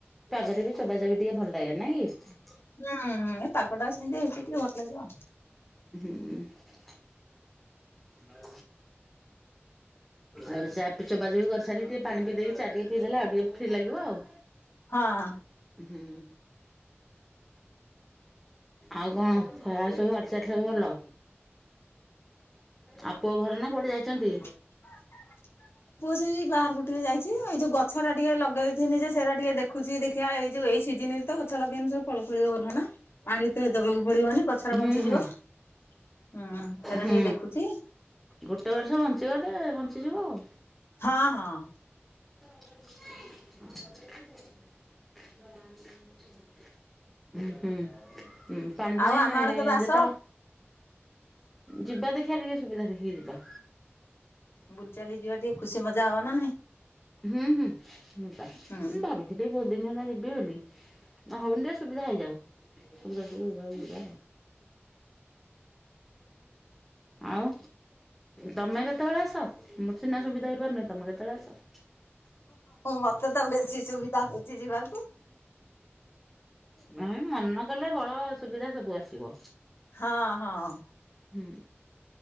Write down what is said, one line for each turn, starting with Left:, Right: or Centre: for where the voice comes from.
Centre: ପାଗରେ ବି ଚୋବା ଚବି ଟିକେ ଭଲ ଲାଗେ ନାଇଁ କି?
Left: ଉଁ ଏ ପାଗଟା ଆ ସେମିତି ହେଇଛି ଟିକେ ଭଲ ଲାଗିବ।
Centre: ହୁଁ। ଆଉ ଆଉ ଚା ପି ଚୋବା ଚୋବି କରିସାରି ଟିକେ ପାଣି ପିଇ ଦେଇକି ଚା ଟିକେ ପିଇଦେଲେ ଆଉ ଟିକେ ଫ୍ରି ଲାଗିବ ଆଉ।
Left: ହଁ।
Centre: ହୁଁ। ଆଉ କଣ ଖ ସବୁ ହଟ୍ ଚଟ୍ ସବୁ ଭଲ? ଆ ପୁଅ ଘରେ ନା କୁଆଡ଼େ ଯାଇଚନ୍ତି?
Left: ଆ <inaudible> ପୁଅ ସେଇ ବାହାରକୁ ଟିକେ ଯାଇଛି ଏଇ ଯୋଉ ଗଛରା ଟିକେ ଲଗେଇ ଥିନି ଯେ ସେରା ଟିକେ ଦେ ଖୁଛି ଦେଖିଆ ଏଇ ଯୋଉ ଏଇ ସିଜିନ ରେ ତ ଗଛ ଲଗେଇନି ସବୁ ଫଳ ଫଳିବା କଥା ନା ପାଣି ତେ ଦବାକୁ ପଡିବନି ଗ ଛରା
Centre: ହୁଁ
Left: ବଞ୍ଚିଯିବ
Centre: ହୁଁ
Left: ହୁଁ। ସେରା
Centre: ହୁଁ
Left: ଟିକେ ଦେଖୁଛି
Centre: ଗୋଟେ ବର୍ଷ ବଞ୍ଚିଗଲେ ବଞ୍ଚିଯିବ ଆଉ।
Left: ହଁ ହଁ।
Centre: <inaudible> <unintelligible> ହୁଁ ହୁଁ ପାଣି
Left: ଆଉ
Centre: ଫାଣି
Left: ଆମ ଆଡେ କେବେ ଆସ
Centre: ଯେତେବେଳେ ଯିବା ଦେଖିଆ ଟିକେ ସୁବିଧା ଦେଖିକି ଯିବା।
Left: ବୁଲ ଚାଲି ଯିବା ଟିକେ ଖୁସି ମଜା ହବାନା ନାହିଁ।
Centre: ହୁଁ ହୁଁ ମୁଁ ପା
Left: ହୁଁ।
Centre: ମୁଁ ଭାବିଥିଲି ବୋହୁତୁ ଦିନ ହେଲା ଯିବି ବୋଲି। ହ ହଉନି ଟିକେ ସୁବିଧା ହେଇଯାଉ ସୁବିଧା ଟିକେ ହେଇଯାଉ ଯିବା। ଆଉ ତମେ କେତେବେଳେ ଆସ ମୋତେ ସିନା ସୁବିଧା ହେଇପାରୁନି। ତମେ କେତେବେଳେ ଆସ।
Left: ମତେ ତ ବେଶି ସୁବି ଦା ହଉଚି ଯିବାକୁ।
Centre: ନାଇଁ ମନ କଲେ ବଳ ସୁବିଧା ସବୁ ଆସିବ।
Left: ହଁ ହଁ।
Centre: ହୁଁ